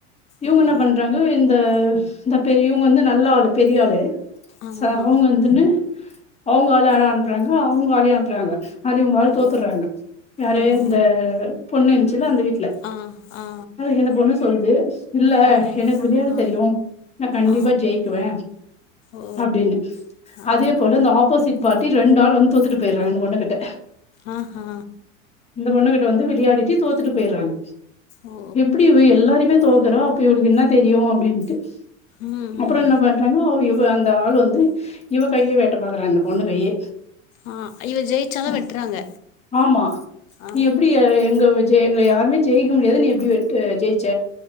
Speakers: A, on the left; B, on the left.
A: இவுங்க
B: ஓ
A: என்ன பண்றாங்க இந்த த இந்த பெரியவங்க வந்து நல்ல ஆளு பெரிய ஆளு
B: ஆஹா
A: ச அவுங்க வந்துன்னு அவுங்க ஆளயு யாரோ அனுப்புறாங்க அவுங்க ஆளயு அனு ப்புறாங்க அதுல இவுங்க ஆளு தோத்தறாங்க
B: ஓ
A: யாரு
B: ஓ ஓ
A: இந்த பொண்ணு இருச்சுல்ல அந்த வீட்ல
B: ஆ ஆ
A: அதுக்கு இந்த பொண்ணு சொல்து இல்ல
B: ஆ
A: எனக்கு விளையாட
B: ஆ
A: தெரியு நா கண்டிப்பா
B: ஆ
A: ஜெயிக்குவே
B: ஓ
A: அப்டின்னு
B: ஆ
A: அதே போல இந்த ஆப்போசிட் பார்ட்டி ரெண்டு ஆள் வந் தொத்துட்டு போயிடுறாங் இந்த பொண்ணுகிட்ட
B: ஆஹ் ஹா
A: இந்த பொண்ணுகிட்ட வந்து விளையாடிட்டு தோத்துட்டு போயிடுறாங்க
B: ஓ
A: எப்புடி இவ எல்லாருமே தோக்குறோ அப்ப இவளுக்கு என்னா தெரியு அப்டின்ட்டு
B: ம்
A: அப்புறோ என்ன பண்றாங்க <unintelligible> இந்த ஆள் வந்து இவ கையே வேட்ட பாக்குறான் இந்த பொண்ணு கையே
B: ஆ இவ ஜெயிச்சாலும்
A: அ
B: வெட்டுறாங்க
A: ஆமா
B: ஆ
A: நீ எப்புடி ஏ எங்க விஜய் எங்க யா ம்மே ஜெயிக்க முடியாது நீ எப்புடி <unintelligible> ஜெயிச்ச